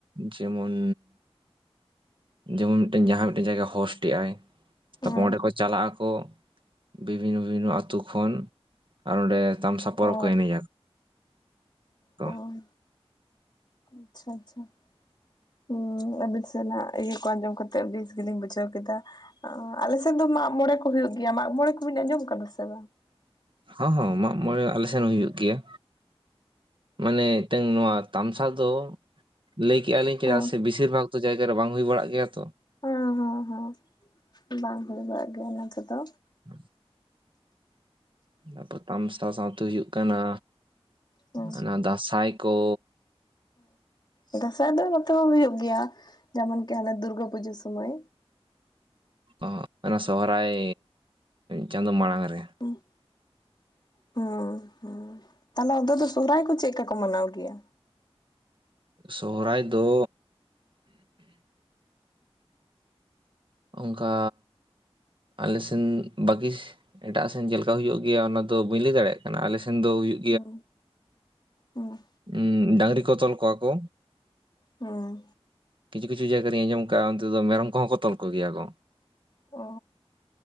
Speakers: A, on the right; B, on the left.
A: ᱡᱮᱢᱚᱱᱼᱼ ᱡᱮᱢᱚᱱ ᱢᱤᱫᱴᱮᱱ ᱡᱟᱦᱟᱸ ᱢᱤᱫᱴᱮᱱ ᱡᱟᱭᱜᱟ ᱦᱚᱥᱴᱮᱜ ᱟᱭ ᱛᱟᱨᱯᱚᱨ
B: ᱦᱩᱸ
A: ᱚᱸᱰᱮ ᱠᱚ ᱪᱟᱞᱟᱜ ᱟᱠᱚᱼᱼ ᱵᱤᱵᱷᱤᱱᱱᱚ ᱵᱤᱵᱷᱤᱱᱱᱚ ᱟᱛᱳ ᱠᱷᱚᱱ ᱟᱨ ᱚᱸᱰᱮ ᱛᱟᱢᱥᱟ ᱯᱚᱨᱚᱵᱽ
B: ᱚ
A: ᱠᱚ ᱮᱱᱮᱡ ᱟ᱾ ᱛᱚ
B: ᱩᱸ ᱟᱪᱪᱷᱟ-ᱟᱪᱪᱷᱟ ᱦᱩᱸ ᱟᱹᱵᱤᱱ ᱥᱮᱱᱟᱜ ᱤᱭᱟᱹ ᱠᱚ ᱟᱸᱡᱚᱢ ᱠᱟᱛᱮᱜ ᱵᱮᱥ ᱜᱮᱞᱤᱧ ᱵᱩᱡᱷᱟᱹᱣ ᱠᱮᱫᱟ᱾ ᱟᱸ ᱟᱞᱮ ᱥᱮᱫ ᱫᱚ ᱢᱟᱜᱽ-ᱢᱚᱬᱮ ᱠᱚ ᱦᱩᱭᱩᱜ ᱜᱮᱭᱟ ᱢᱟᱜᱽ-ᱢᱚᱬᱮ ᱠᱚ ᱵᱤᱱ ᱟᱸᱡᱚᱢ ᱟᱠᱟᱫᱟ ᱥᱮ ᱵᱟᱝ?
A: ᱦᱚᱸ ᱦᱚᱸ ᱢᱟᱜᱽ-ᱢᱚᱬᱮ ᱟᱞᱮ ᱥᱮᱱ ᱦᱚᱸ ᱦᱩᱭᱩᱜ ᱜᱮᱭᱟ ᱢᱟᱱᱮ ᱛᱮᱦᱮᱧ ᱱᱚᱣᱟ ᱟᱛᱼᱼ ᱛᱟᱢᱥᱟ ᱫᱚ ᱞᱟᱹᱭ ᱠᱮᱫᱮᱜ-ᱟ ᱞᱤᱧ ᱪᱮᱫᱟᱜ
B: ᱦᱮᱸ
A: ᱥᱮ ᱵᱤᱥᱤᱨ ᱵᱷᱟᱜᱽ ᱛᱚ ᱡᱟᱭᱜᱟ ᱨᱮ ᱵᱟᱝ ᱦᱩᱭ ᱵᱟᱲᱟᱜ ᱜᱮᱭᱟ ᱛᱚ,
B: ᱦᱮᱸ ᱦᱮᱸ ᱦᱮᱸ ᱵᱟᱝ ᱦᱩᱭ ᱵᱟᱲᱟᱜ ᱜᱮᱭᱟ ᱚᱱᱟ ᱠᱚ ᱫᱚ,
A: <inaudible> ᱚᱱᱟ ᱯᱚᱨ ᱛᱟᱢᱥᱟ ᱥᱟᱸᱣᱛᱮ ᱦᱩᱭᱩᱜ ᱠᱟᱱᱟ
B: ᱦᱮᱸ
A: ᱚᱱᱟ ᱫᱟᱥᱟᱸᱭ ᱠᱚᱼᱼ
B: ᱩᱸ ᱫᱟᱸᱥᱟᱭ ᱫᱚ ᱱᱚᱛᱮ ᱦᱚᱸ ᱦᱩᱭᱩᱜ ᱜᱮᱭᱟ ᱡᱮᱢᱚᱱ ᱠᱤ ᱟᱞᱮ ᱫᱩᱨᱜᱟᱹ ᱯᱩᱡᱟᱹ ᱥᱩᱢᱚᱭᱼᱼ
A: ᱚ ᱚᱱᱟ ᱥᱚᱦᱨᱟᱭ ᱪᱟᱸᱫᱚ ᱢᱟᱲᱟᱝ ᱨᱮ,
B: <inaudible> ᱦᱮᱸ ᱦᱮ ᱛᱟᱦᱞᱮ ᱚᱫᱚ ᱫᱚ ᱥᱚᱦᱨᱟᱭ ᱠᱚ ᱪᱮᱫ ᱠᱟ ᱠᱚ ᱢᱟᱱᱟᱣ ᱜᱮᱭᱟ?
A: ᱥᱚᱦᱨᱟᱭ ᱫᱚᱼᱼ ᱚᱱᱠᱟ ᱟᱞᱮ ᱥᱮᱱ ᱵᱟᱜᱤ ᱮᱴᱟᱜ ᱥᱮᱱ ᱪᱮᱫ ᱞᱮᱠᱟ ᱦᱩᱭᱩᱜ ᱜᱮᱭᱟ ᱚᱱᱟ ᱫᱚ ᱵᱟᱹᱧ ᱞᱟᱹᱭ ᱫᱟᱲᱮᱭᱟᱜ ᱠᱟᱱᱟ, ᱟᱞᱮ ᱥᱮᱱ ᱫᱚ ᱦᱩᱭᱩᱜ ᱠᱟᱱᱟᱼᱼ
B: <unintelligible> ᱦᱮᱸ
A: ᱩᱸ ᱰᱟᱝᱨᱤ ᱠᱚ ᱛᱚᱞ ᱠᱚᱣᱟ ᱠᱚ
B: ᱦᱮᱸ
A: ᱠᱤᱪᱷᱩ ᱠᱤᱪᱷᱩ ᱡᱟᱭᱜᱟ ᱨᱤᱧᱸ ᱟᱸᱡᱚᱢ ᱠᱟᱜ-ᱟ ᱚᱱᱛᱮ ᱫᱚ ᱢᱮᱨᱚᱢ ᱠᱚᱦᱚᱸ ᱠᱚ ᱛᱚᱞ ᱠᱚᱜ ᱜᱮᱭᱟ ᱠᱚ
B: ᱚ